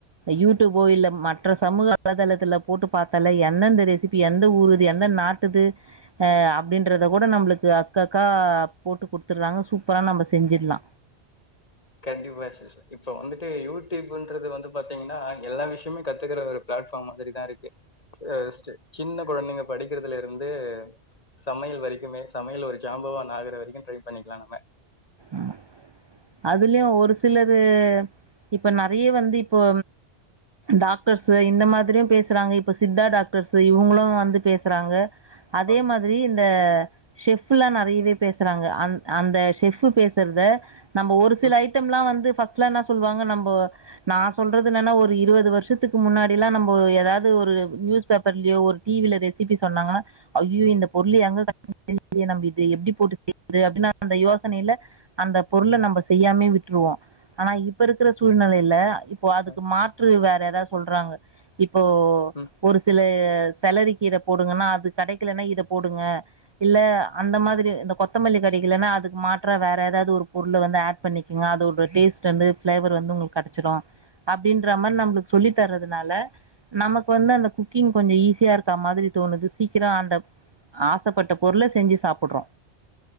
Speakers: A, on the right; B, on the left.
A: யூடியூபோ இல்ல மற்ற சமூக வலைதளத்துல போட்டு பாத்தாலே என்ன இந்த ரெசிபி எந்த ஊருது எந்த நா ட்டுது ஆ அப்டின்றத கூட நம்ளுக் அக்கக்கா போட்டு குடுத்துட்றாங்க சூப்பரா நம்ப செஞ்சிட்லா
B: கண்டிப்பா சிஸ்டர் இப்போ வந்துட்டு யூ ட்யூப்ன்றது வந்து பாத்தீங்கன்னா எல்லா விஷயமே கத்துக்கற ஒரு பிளாட்ஃபார்ம் மாதிரிதா இருக்கு ஃபஸ்டு சின்ன கொழந்தைங்க படிக்கிறதுல இருந்து சமையல் வரைக்குமே சமையல் ஒரு ஜாம்பவானாகர வரைக்கு ட்ரை பண்ணிக்லா நம்ம
A: ம் அதுலையு ஒரு சிலரு இப்ப நெறைய வந்து இப்போ டாக்டர்ஸு இந்த மாதிரியு பேசுறாங்க இப்போ சித்தா டாக்டர்ஸு இவுங்ளு வந்து பேசுறாங்க அதே
B: ஆ
A: மாதிரி இந் த ஷெஃப்புல்லா நெறையவே பேசுறாங்கே அந் அந்த ஷெஃப்பு பேசுறத நம்ப ஒரு சில
B: ம்
A: ஐட்டம்லா வந்து ஃபர்ஸ்ட்லா என்னா சொல்லுவாங்க நம்போ நா சொல்றது என்னன்னா ஒரு இருவது வருஷத்துக்கு முன்னாடில்லா நம்போ ஏதாது ஒரு நியூஸ் பேப்பர்லயோ ஒரு டி வில ரெசிப்பி சொன்னாங்கனா அய்யய்யோ
B: ம்
A: இந்த பொருள் எங்கே க லியே நம்ம இத எப்டி போட்டு செய்து அப்டி அந்த யோசனைல அந்த பொருள நம்ப செய்யாமே விட்ருவோ ஆனா இப்ப இருக்கிற சூழ்நெலைல இப்போ அதுக்கு
B: ஆ
A: மாற்று வேறேதா சொல்றாங்க இப்போ
B: ம்
A: ஒரு சில செலரிக் கீர போடுங்கன்னா அது கெடைக்கலன்னா இத போடுங்க இல்ல அந்த மாதிரி இந்த கொத்தமல்லி கெடைக்கலன்னா அதுக்கு மாற்றா வேற எதாது ஒரு பொருளு வந்து ஆட் பண்ணிக்கங்க அதோட டேஸ்ட் வந்து ஃபிளேவர் வந்து உங்ளுக்கு கெடச்சிடு அப்பிடின்ற மாரி நம்ளுக்கு சொல்லி தரதுனால நமக்கு வந்து அந்த குக்கிங் கொஞ்சோ ஈஸியா இருக்க மாதிரி தோணுது சீக்கிரோ அந்த ஆசைப்பட்ட பொருள செஞ்சி சாப்புட்றோ